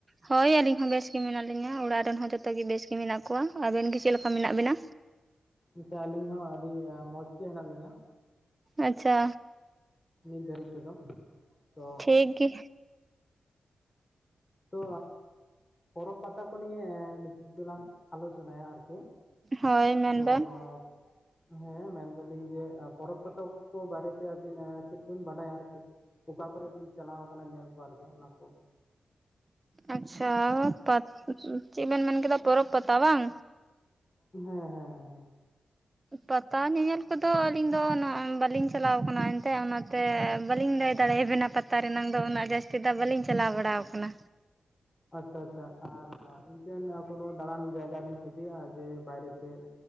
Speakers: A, on the right; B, on the left.
A: ᱦᱳᱭ ᱟᱹᱞᱤᱧ ᱦᱚᱸ ᱵᱮᱥ ᱜᱮ ᱢᱮᱱᱟᱜ ᱞᱤᱧᱟᱹ, ᱚᱲᱟᱜ ᱨᱮᱱ ᱦᱚᱸ ᱡᱚᱛᱚ ᱜᱮ ᱵᱮᱥ ᱜᱮ ᱢᱮᱱᱟᱜ ᱠᱚᱣᱟ, ᱟᱵᱮᱱ ᱜᱮ ᱪᱮᱫ ᱞᱮᱠᱟ ᱢᱮᱱᱟᱜ ᱵᱤᱱᱟ?
B: ᱟᱪᱪᱷᱟ ᱟᱹᱞᱤᱧ ᱦᱚᱸ ᱟᱹᱰᱤ ᱢᱚᱸᱡᱽ ᱜᱮ ᱦᱮᱱᱟᱜ ᱞᱤᱧᱟ᱾
A: ᱟᱪᱪᱷᱟ᱾
B: ᱱᱤᱫ ᱫᱷᱟᱹᱨᱤᱡ ᱛᱮᱫᱚ ᱛᱚᱼᱼ
A: ᱴᱷᱤᱠ ᱜᱮ
B: ᱛᱚ ᱯᱚᱨᱚᱵᱽ ᱯᱟᱛᱟ ᱠᱚ ᱱᱤᱭᱮ ᱱᱤᱛᱳᱜ ᱫᱚᱞᱟᱝ ᱟᱞᱳᱪᱚᱱᱟᱭᱟ ᱟᱨᱠᱤ᱾
A: ᱦᱳᱭ ᱢᱮᱱᱵᱮᱱ
B: ᱛᱚ ᱟᱨᱼᱼ ᱦᱮᱸ ᱢᱮᱱ ᱫᱟᱞᱤᱧ ᱡᱮ ᱯᱚᱨᱚᱵᱽ ᱯᱟᱛᱟ ᱠᱚ ᱵᱟᱨᱮᱛᱮ ᱟᱹᱵᱤᱱ ᱟᱨ ᱪᱮᱫ ᱵᱤᱱ ᱵᱟᱰᱟᱭᱟ ᱟᱨᱠᱤ? ᱚᱠᱟ ᱠᱚᱨᱮ ᱵᱤᱱ ᱪᱟᱞᱟᱣ ᱠᱟᱱᱟ ᱧᱮᱞ ᱠᱚ ᱟᱨᱠᱤ ᱚᱱᱟ ᱠᱚ?
A: ᱟᱪᱪᱷᱟ ᱯᱟᱛ ᱪᱮᱫ ᱵᱮᱱ ᱢᱮᱱ ᱠᱮᱫᱟ ᱯᱚᱨᱚᱵᱽ ᱯᱟᱛᱟ ᱵᱟᱝ?
B: ᱦᱮᱸ ᱦᱮᱸ ᱦᱮᱸ ᱾
A: ᱯᱟᱛᱟ ᱧᱮᱧᱮᱞ ᱠᱚᱫᱚ ᱟᱹᱞᱤᱧ ᱫᱚ ᱩᱱᱚᱜ ᱵᱟᱞᱤᱧ ᱪᱟᱞᱟᱣ ᱠᱟᱱᱟ ᱮᱱᱛᱮᱜ ᱚᱱᱟ ᱛᱮ ᱵᱟᱞᱤᱧ ᱞᱟᱹᱭ ᱫᱟᱲᱮᱭᱟᱵᱤᱱᱟ ᱯᱟᱛᱟ ᱨᱮᱱᱟᱝ ᱫᱚ ᱩᱱᱟᱹᱜ ᱡᱟᱹᱥᱛᱤ ᱫᱚ ᱵᱟᱞᱤᱧ ᱪᱟᱞᱟᱣ ᱵᱟᱲᱟᱣ ᱟᱠᱟᱱᱟ᱾
B: ᱟᱪᱪᱷᱟ ᱟᱪᱪᱷᱟ ᱟᱨ ᱤᱱᱠᱟᱹ ᱠᱳᱱᱳ ᱫᱟᱬᱟᱱ ᱡᱟᱭᱜᱟ ᱵᱤᱱ ᱠᱩᱥᱤᱭᱟᱜᱼᱟ, ᱡᱮ ᱵᱟᱭᱨᱮᱼᱼ ᱥᱮᱫ